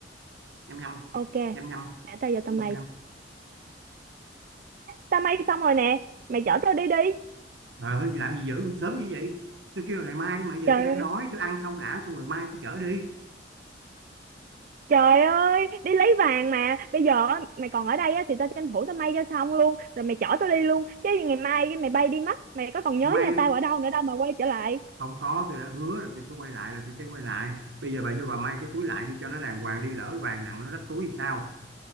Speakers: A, on the right (about 70°); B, on the right (about 50°).
A: nhăm nhăm
B: ok
A: nhăm nhăm
B: để tao vô tao may
A: nhăm nhăm
B: tao may xong rồi nè mày chở tao đi đi
A: ờ làm gì dữ sớm như vậy tôi kêu là ngày mai mà giờ
B: trời
A: tôi đang
B: ơi,
A: đói tôi ăn xong đã xong rồi mai tôi chở đi
B: trời ơi đi lấy vàng mà bây giờ á, mày còn ở đây á thì tao tranh thủ tao may cho xong luôn rồi mày chở tao đi luôn chứ ngày mai mày bay đi mất mày có còn nhớ
A: may
B: nhà tao ở đâu nữa đâu mà quay trở lại
A: không có tôi đã hứa là tôi sẽ quay lại là tôi sẽ quay lại bây giờ bà vô bà may cái túi lại đi cho nó đàng hoàng đi lỡ vàng nặng nó rách túi thì sao